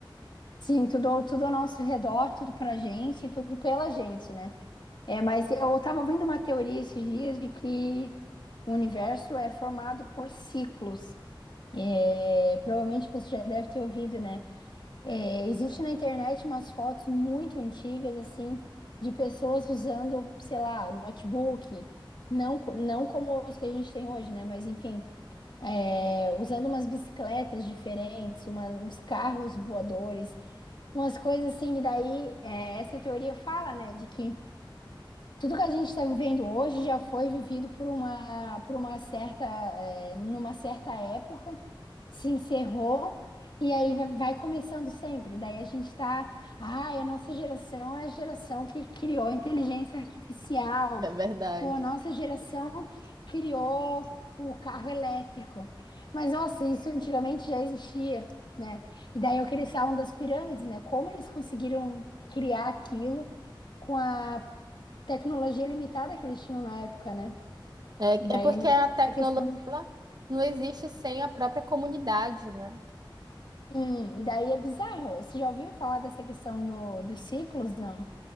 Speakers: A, on the left (about 60°); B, on the right (about 50°).
A: Sim, tudo, ao- tudo ao nosso redor, tudo pra gente, tudo pela gente, né? É, mas eu estava ouvindo uma teoria esses dias de que o universo é formado por ciclos. É, provavelmente você já deve ter ouvido, né? É, existe na internet umas fotos muito antigas, assim, de pessoas usando, sei lá, notebook, não, co- não como os que a gente tem hoje, né? Mas enfim, é, usando umas bicicletas diferentes, uma- uns carros voadores umas coisas assim, e daí é, essa teoria fala, né, de que. Tudo que a gente está vivendo hoje já foi vivido por uma, por uma certa, é, numa certa época, se encerrou, e aí vai, vai começando sempre. Daí a gente está, ai, a nossa geração é a geração que criou a inteligência artificial,
B: É verdade.
A: ou a nossa geração criou o carro elétrico. Mas, nossa, isso antigamente já existia, né? E daí eu que eles falam das pirâmides, né? Como eles conseguiram criar aquilo com a tecnologia limitada que eles tinham na época, né?
B: É,
A: E daí
B: é porque a tecnologia
A: essa questão.
B: ela não existe sem a própria comunidade, né?
A: Sim, e daí é bizarro. Você já ouviu falar dessa questão do, dos ciclos? Não.